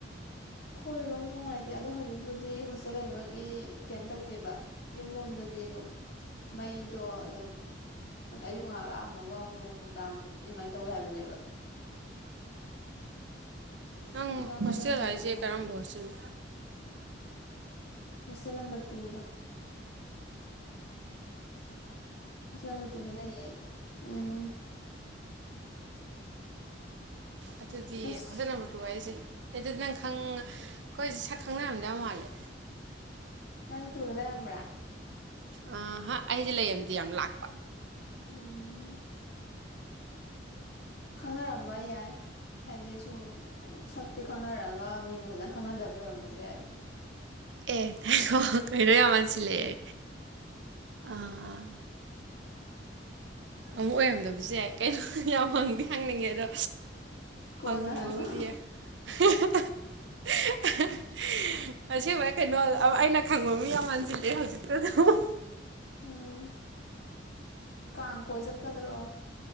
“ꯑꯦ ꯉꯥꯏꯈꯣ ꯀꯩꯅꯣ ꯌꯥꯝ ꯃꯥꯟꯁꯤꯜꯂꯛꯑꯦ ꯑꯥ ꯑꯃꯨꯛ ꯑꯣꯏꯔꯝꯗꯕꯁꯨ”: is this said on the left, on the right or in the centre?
Right